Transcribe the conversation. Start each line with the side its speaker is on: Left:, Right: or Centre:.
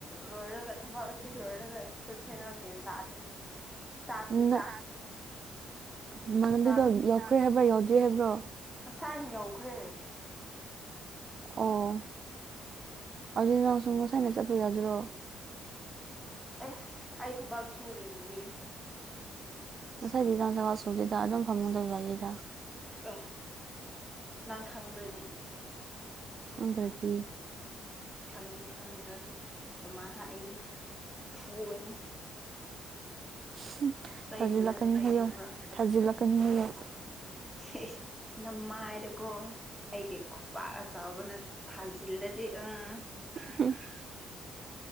Centre: ꯂꯣꯏꯔꯒ ꯊꯕꯛ ꯑꯁꯤ ꯂꯣꯏꯔꯒ ꯆꯠꯁꯤꯔ ꯒ꯭ꯌꯥꯟ ꯇꯥꯗ꯭ꯔꯦ ꯆꯥꯛ ꯇꯤ
Right: ꯅꯪ
Centre: ꯆꯥꯛ
Right: ꯅꯃꯥꯟꯅꯕꯤꯗꯣ
Centre: ꯆꯥꯛꯇꯤ
Right: ꯌꯧꯈ꯭ꯔꯦ ꯍꯥꯏꯕ꯭ꯔꯣ ꯌꯧꯗ꯭ꯔꯤ ꯍꯥꯏꯕ꯭ꯔꯣ
Centre: ꯉꯁꯥꯏꯅ ꯌꯧꯈ꯭ꯔꯦ
Right: ꯑꯣ ꯑꯗꯨꯗꯤ ꯅꯪꯁꯨ ꯉꯁꯥꯏꯅ ꯆꯠꯄ ꯌꯥꯗ꯭ꯔꯣ
Centre: ꯑꯦꯁ ꯑꯩ ꯊꯕꯛ ꯁꯨꯨꯔꯤꯗꯨꯗꯤ
Right: ꯉꯁꯥꯏ <unintelligible> ꯑꯗꯨꯝ ꯐꯃꯨꯡꯗ ꯂꯩꯌꯦꯗ
Centre: ꯑꯦ ꯅꯪ ꯈꯪꯕ꯭ꯔꯥꯅꯦ
Right: ꯈꯪꯗ꯭ꯔꯗꯤ
Centre: ꯈꯪꯁꯨ ꯈꯪꯗ꯭ꯔꯒ ꯑꯗꯨꯃꯥꯢ ꯍꯥꯏꯒꯅꯨ ꯐꯨꯒꯅꯤ
Right: ꯍꯝ
Centre: ꯆꯩ
Right: ꯊꯥꯖꯤꯜꯂꯛꯀꯅꯤ
Centre: ꯐꯖꯅ ꯆꯥꯅꯤꯡꯕ꯭ꯔꯥ
Right: ꯍꯥꯏꯌꯣ ꯊꯥꯖꯤꯜꯂꯛꯀꯥꯅꯤ ꯍꯥꯏꯌꯣ
Centre: ꯍꯦ ꯅꯃꯥꯏꯗꯨꯀꯣ ꯑꯩꯒꯤ ꯈꯨꯄꯥꯛ ꯑꯆꯧꯕꯥꯅ ꯊꯥꯖꯤꯟ ꯂꯥꯗꯤ ꯑꯥ
Right: ꯍꯨꯝ <unintelligible>